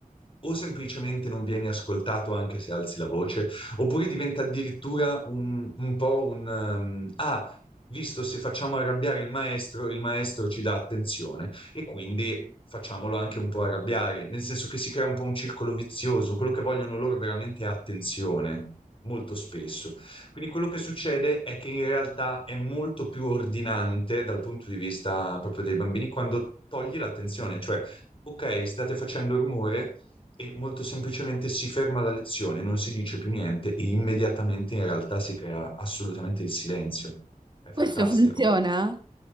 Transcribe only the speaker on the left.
o semplicemente non vieni ascoltato anche se alzi la voce, oppure diventa addirittura un, un po' un ehm, ah, visto se facciamo arrabbiare il maestro, il maestro ci dà attenzione e quindi facciamolo anche un po' arrabbiare, nel senso che si crea un po' un circolo vizioso, quello che vogliono loro veramente è attenzione, molto spesso. Quindi quello che succede è che in realtà è molto più ordinante dal punto di vista proprio dei bambini quando togli l'attenzione, cioè, ok, state facendo rumore e molto semplicemente si ferma la lezione, non si dice più niente e immediatamente in realtà si crea assolutamente il silenzio.
È
fantastico.